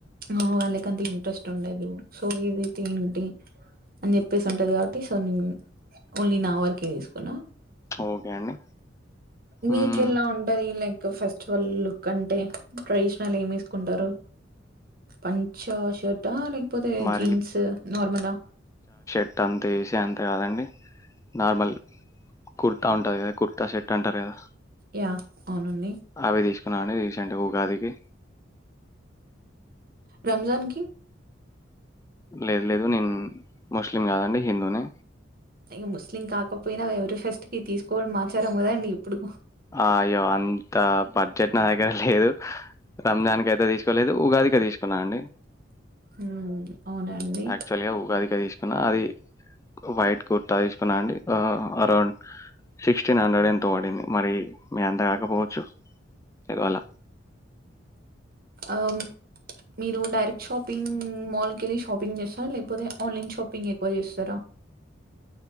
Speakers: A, on the right (about 50°); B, on the left (about 15°).
A: ఆ వాళ్ళకి అంత ఇంట్రెస్ట్ ఉండదు సో ఏదైతే ఏంటి అని చెప్పేసి ఉంటది కాబట్టి సో నేను ఓన్లీ నా వర్కే తీసుకున్నా
B: ఓకే అండి. హ్మ్.
A: మీకెలా ఉంటది లైక్ ఇ ఫెస్టివల్ లుక్ అంటే ట్రెడిషనల్ ఏమి వేసుకుంటారు పంచ షర్ట్ ఆ లేక్ పోతే
B: మరి
A: జీన్స్ నార్మలా
B: సట్ అంతే ఏసీ అంతే కాదండి నార్మల్ కుర్తా ఉంటది కదా కుర్తా సెట్ అంటారు కదా
A: యా అవునండి
B: అవి తీసుకున్నాండి రీసెంట్ ఉగాదికి
A: రంజాన్ కీ
B: లేద్ లేదు నేను ముస్లిం కాదండి హిందూని
A: ఇంకా ముస్లిం కాకపోయినా ఎవ్రి ఫెస్ట్కి తీసుకోవడం ఆచారం కదండి ఇప్పుడు
B: అహ్ అయ్యో అంత బడ్జెట్ నా దగ్గర లేదు రంజాన్కైతే తీసుకోలేదు ఉగాదికే తీసుకున్నా అండి
A: ఉమ్ అవునండి
B: అక్చ్వల్గా ఉగాదికే తీసుకున్నా అది వైట్ కుర్తా తీసుకున్నా అండి ఆహ్ అరౌండ్ సిక్స్ట్ సిక్టీన్ హండ్రెడ్ ఎంతో పడింది మరి మీ అంత కాకపోవచ్చు ఏదో అల
A: ఆహ్ మీరు డైరెక్ట్ షాపింగ్ మాల్కెళ్ళి షాపింగ్ చేస్తారా లేకపోతే ఆన్ లైన్ షాపింగ్ ఎక్కువ చేస్తారా